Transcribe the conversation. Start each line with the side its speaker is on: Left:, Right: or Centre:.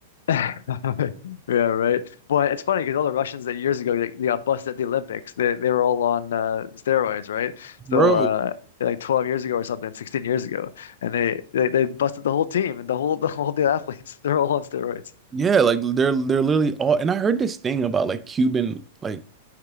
Left: <laughs> Yeah, right. But it's funny because all the Russians that years ago they, they got busted at the Olympics. They they were all on uh, steroids, right? So
Right: Bro,
Left: uh, like 12 years ago or something, 16 years ago, and they, they they busted the whole team and the whole <laughs> the whole the athletes. <laughs> They're all on steroids.
Right: yeah, like they're they're literally all and I heard this thing about like Cuban like